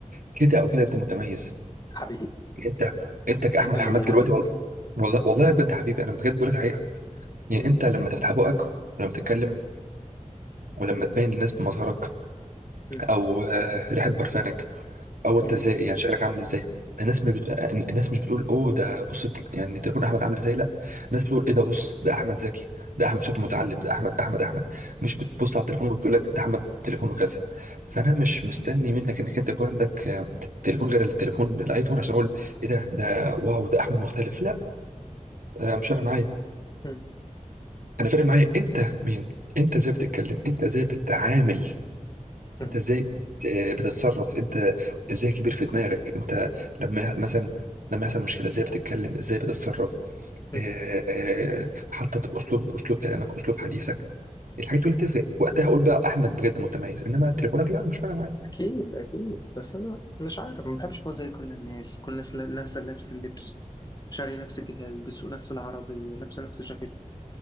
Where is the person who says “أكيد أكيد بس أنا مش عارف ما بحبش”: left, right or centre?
Left